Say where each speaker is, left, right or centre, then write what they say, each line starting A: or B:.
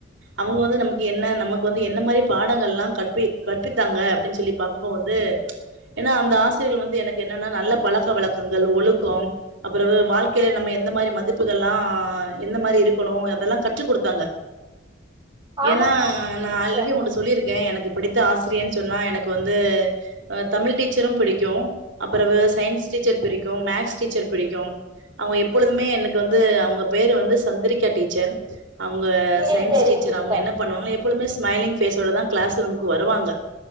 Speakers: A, on the right; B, on the right.
A: அவுங்க வந்து நம்க்கு என்ன நமக்கு வந்து என்ன மாரி பாடங்கள்ல்லா கற்பி கற்பித்தாங்க, அப்டின் சொல்லி பாக்கும்போ வந்து ஏன்னா அந்த ஆசிரியள் வந்து எனக்கு என்னன்னா நல்ல பழக்க வழக்கங்கள் ஒழுக்கோ, அப்றோவு வாழ்க்கைல நம்ம எந்த மாரி மதிப்புகள்ல்லா எந்த மாரி இருக்கணு. அதெல்லா கற்று குடுத்தாங்க.
B: ஆமாங்க
A: ஏன்னா
B: ஆமாங்க
A: நா
B: சிஸ்டர்
A: ஆல்ரெடி ஒன்ட்ட சொல்லிருக்க. எனக்கு பிடித்த ஆசிரியனு சொன்னா எனக்கு வந்து, அ தமிழ் டீச்சரு புடிக்கு அப்பறவு சயின்ஸ் டீச்சர் பிரிக்கு. மேக்ஸ் டீச்சர் பிடிக்கு. அவங்க எப்பொழுதுமே எனக்கு வந்து அவுங்க பேரு வந்து சந்திரிக்கா டீச்சர். அவுங்க
B: சேரி
A: சயின்ஸ்
B: சேரிங்க
A: டீச்சர்.
B: சிஸ்டர்
A: அவுங்க என்ன பண்ணுவாங்கனா எப்பொழுமே ஸ்மைலிங் ஃபேஸ்சோட தான் கிளாஸ் ரூம்க்கு வருவாங்க